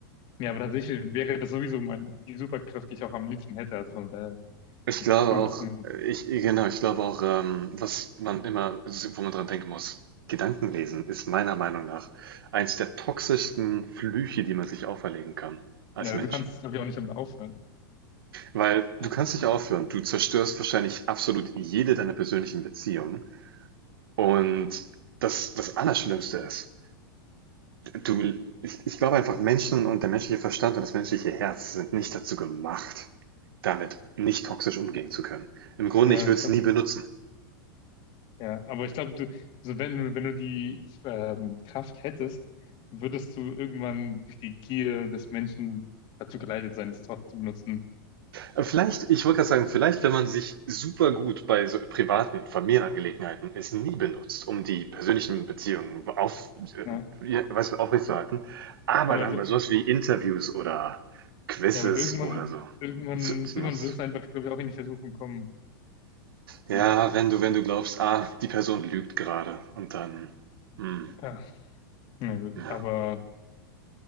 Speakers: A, on the left (about 40°); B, on the right (about 80°).
A: Ja, aber tatsächlich wäre das sowieso mein, die Superkraft, die ich auch am liebsten hätte. Also von daher
B: Ich
A: ist
B: glaube
A: es für mich
B: auch,
A: auch ein,
B: äh, ich, genau, ich glaube auch, ähm, was man immer, wo man dran denken muss, Gedankenlesen ist meiner Meinung nach eins der toxischsten Flüche, die man sich auferlegen kann als
A: ja,
B: Mensch.
A: du kannst, glaube ich, auch nicht damit aufhören.
B: Weil
A: Aber,
B: du kannst nicht aufhören, du zerstörst wahrscheinlich absolut jede deiner persönlichen Beziehungen Und das, das Allerschlimmste ist, du, ich, ich glaube einfach, Menschen und der menschliche Verstand und das menschliche Herz sind nicht dazu gemacht, damit nicht toxisch umgehen zu können. Im Grunde,
A: ja,
B: ich würde
A: ich
B: es
A: glaub,
B: nie benutzen.
A: ja, aber ich glaube, du, so wenn, du- wenn du die ähm, Kraft hättest, würdest du irgendwann durch die Gier des Menschen dazu geleitet sein, das trotzdem zu benutzen.
B: Äh, Vielleicht, ich wollte gerade sagen, vielleicht, wenn man sich super gut bei so privaten Familienangelegenheiten es nie benutzt, um die persönlichen Beziehungen auf, äh,
A: Ja.
B: ja, weißt du, aufrechtzuerhalten, aber
A: Aber
B: dann
A: ich glaube,
B: bei sowas wie Interviews oder Quizzes
A: ja, aber irgendwann,
B: oder so
A: irgendwann,
B: zu, zu
A: irgendwann
B: nutzt.
A: würdest du einfach, glaube ich, auch in die Versuchung kommen.
B: Ja,
A: Ja.
B: wenn du wenn du glaubst: „Ah, die Person lügt gerade“ und dann hm,
A: Ja, na gut.
B: ja.
A: Aber